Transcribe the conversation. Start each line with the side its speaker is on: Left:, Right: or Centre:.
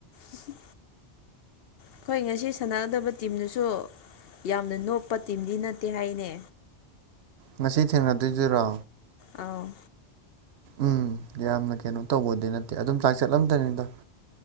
Left: ꯎ ꯑꯩꯈꯣꯏ ꯉꯁꯤ ꯁꯥꯟꯅꯒꯗꯕ ꯇꯤꯝꯗꯨꯁꯨ ꯌꯥꯝꯅ ꯅꯣꯞꯄ ꯇꯤꯝꯗꯤ ꯅꯠꯇꯦ ꯍꯥꯏꯅꯦ
Right: ꯉꯁꯤ ꯊꯦꯡꯅꯗꯣꯏꯗꯨꯔꯣ
Left: ꯑꯥꯎ
Right: ꯎꯝ ꯌꯥꯝꯅ ꯀꯩꯅꯣ ꯇꯧꯕꯗꯤ ꯅꯠꯇꯦ ꯑꯗꯨꯝ ꯆꯥꯛ ꯆꯠꯂꯝꯗꯅꯤꯗ